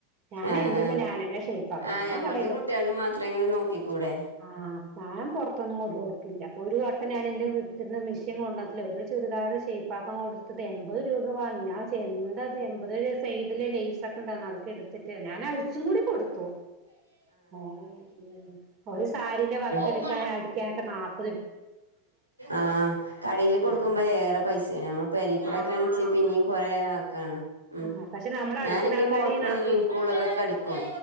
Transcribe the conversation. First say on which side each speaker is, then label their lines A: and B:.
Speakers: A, on the right; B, on the right.
A: ഞാൻ
B: ആഹ്
A: എന്റെയൊക്കെ
B: ആഹ്
A: ഞാനന്നെ ഷയിപ്പാക്ക
B: ആഹ്
A: ഞാൻ
B: ഞമ്മൾതും
A: കടയിലൊന്നും
B: കുട്ട്യാൾതും മാത്രെങ്കിലും നോക്കിക്കൂടെ
A: ആഹ് ഞാൻ പൊറത്തൊന്നും കൊണ്ടയൊടു ക്ക്ല്ല. ഒരു വട്ടം ഞാൻ എന്റെ വീട്ടിന്ന് മിഷീൻ കൊണ്ടുവന്നിട്ടില്ല ഒരു ചുരിദാർ ഷേപ്പാക്കാൻ കൊട് ഇത് എൺപത് രൂപ വാങ്ങി. ഞാൻ ചോയ്ച്ച് എന്താത് എൺപത് രൂ സൈഡില് ലേസ് ഒക്കെ ഉണ്ടാർന്ന് അതക്കെ എട് ത്തിട്ട് ഞാൻ അഴിച്ചും കൂടി കൊടുത്തു. ആഹ് ഉം അവര് സാരിന്റെ വക്കെടുക്കാനും
B: ഉം
A: അടിക്കാനൊക്കെ നാപ്പ
B: ആഹ് കടേൽ കൊടുക്കുമ്പോ
A: അങ്ങനെ
B: ഏറെ പൈസേണ് നമ്മൾ പെരീ ക്കൂടക്കേൺന്ന്ച്ചിം
A: ആഹ്
B: പിന്നിം കൊറേ ആക്കാണ്. ഉം
A: ആഹ് പക്ഷെ നമ്മള് അടിക്കുന്ന
B: ഞാനിന്റെ
A: ആൾക്കാര്
B: മോൾക്ള്ളതും
A: ഈ നാപ്പ്
B: ഇൻ ക്കു ഉള്ളതൊക്കെ അടിക്കും